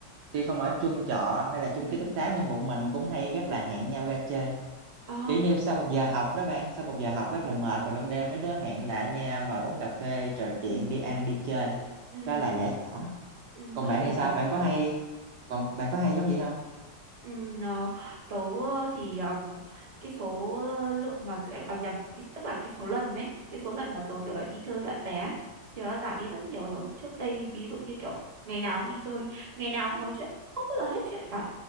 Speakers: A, on the right; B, on the right.
A: tuy không ở chung trọ hay là chung
B: Ừ.
A: ký túc xá nhưng bọn mình cũng hay rất là hẹn nhau ra chơi
B: Ờ.
A: kiểu như sau một giờ học đó bạn sau một giờ học rất là mệt rồi ban đêm mấy đứa hẹn lại nhau ngồi uống cà phê trò chuyện
B: Ừ.
A: đi ăn đi chơi
B: Ừ.
A: đó là giải tỏa
B: Ừ.
A: còn
B: Rất là
A: bạn
B: giải
A: thì
B: tỏa.
A: sao bạn có hay còn bạn có hay giống vậy không
B: Ừm, ờ, tớ ờ, thì ờm, cái số lượng mà cái- à, nhầm cái, tức là cái số lần đấy cái số lần mà tớ kiểu là đi chơi với bạn bè ấy, thì nó giảm đi rất nhiều rồi trước đây ví dụ như kiểu ngày nào cũng đi chơi ngày nào cũng nói chuyện không bao giờ hết chuyện cả